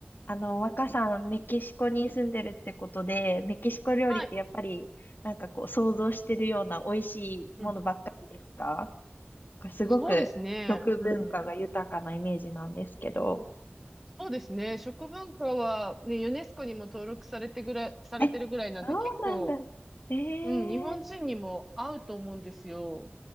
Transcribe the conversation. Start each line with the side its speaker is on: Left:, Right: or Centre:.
Left: あの、若さん、メキシコに住んでるってことで、メキシコ料理ってやっぱり、
Centre: はい。
Left: なんかこう、想像してるような美味しいものばっかりですか
Centre: うん。
Left: なんかすごく食文化が豊かなイメージなんですけど。
Centre: そうですね。うん。そうですね。食文化はね、ユネスコにも登録されてぐらい、されてるぐらいなんで、
Left: え、そうなんだ。
Centre: 結構、
Left: えー、
Centre: うん、日本人にも合うと思うんですよ。